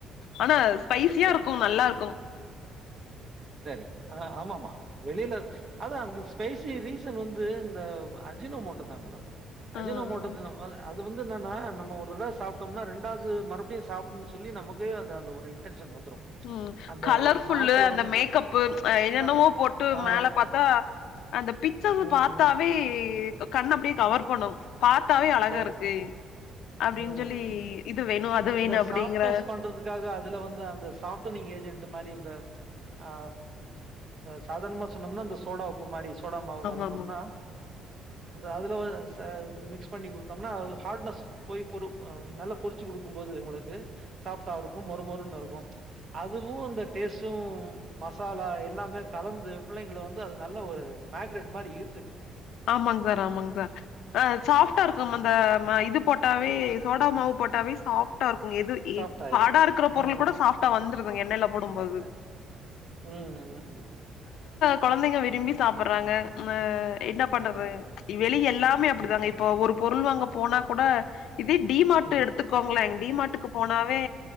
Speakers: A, on the left; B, on the right.
A: ஆனா ஸ்பைசியா
B: சரி.
A: இருக்கு நல்லா இருக்கு
B: சரிங்க ஆமாம்மா வெளியில அதான் அந்த ஸ்பைசி ரீசன் வந்து இந்த அஜினொமோட்ட தா மேடம் அஜினோ
A: ம்
B: மோட்ட அது வந்து என்னனா நம்ம ஒரு தடவ சாப்ட்டோம்னா ரெண்டாவது மறுபடியும் சாப்பிடநு சொல்லி நமக்கே அந்த ஒரு இன்டென்ஷன் வந்துரும்.
A: ம்
B: அந்த
A: கலர்ஃபுல்லு
B: நாக்குல
A: அந்த
B: வந்து
A: மேக்கப் என்னென்னவோ
B: கல்
A: போட்டு
B: ஆ
A: மேல பாத்தா அந்த பிக்சர்ஸ்
B: ம்,
A: பார்த்தாவே
B: ம்.
A: கண்ண அப்படியே கவர் பண்ணு பாத்தாவே அழகா
B: கவர்
A: இருக்கு
B: பண்ணி.
A: அப்டின்னு
B: ம்
A: சொல்லி
B: ம்
A: இது வேணு அது வேணு
B: இந்த
A: அப்டிங்கற
B: சாப்ட்னஸ் பண்றதுக்காக அதுல வந்து அந்த சாஃப்ட்ரிங் ஏஜென்ட் மாதிரி இந்த ஆ சாதாரணமா சொன்னம்னா அந்த சோடா உப்பு மாரி சோடா மாவு
A: ஆமா
B: கலந்தோம்னா
A: ஆமா
B: அதுல மிக்சு பண்ணி கொடுத்தோம்னா ஹார்ட்னெஸ் போய் நல்ல பொறிச்ச கொடுக்கும்பது உங்களுக்கு சாஃப்ட்டா இருக்கு மொறு மொறுனு இருக்கு அதுவும் அந்த டேஸ்டு மசாலா எல்லாமே கலந்து புள்ளைங்க ல இது வந்து அது நல்லா ஒரு மேக்ரேட் மாரி ஈருத்துக்குருது
A: ஆமாங் சார் ஆமாங் சார் ஆ சாஃப் ட்டா இருக்கு அந்த ம இது போட்டாவே சோடா மாவு போட்டாவே சாப் சாஃப்ட்டா
B: சாஃப்ட் ஆயிருது
A: ஹார்டா இருக்குற பொருள்
B: ம்
A: கூட சாஃப்ட்டா வந்துருதுங்க எண்ணெய்ல போடும்போது
B: சாஃப்ட் ஆயிருது ம் ம்
A: குழந்தைங்க விரும்பி சாப்டுறாங்க அ இன்ன பண்றது
B: ஆமாமா
A: வெளியேல்லாமே அப்டிதாங்க
B: ம்
A: இப்ப ஒரு பொருள் வாங்க போனா கூட இதே டிமார்ட்டு
B: ம்
A: எடுத்துக்கோங்ளே டிமார்டுக்கு போனாவே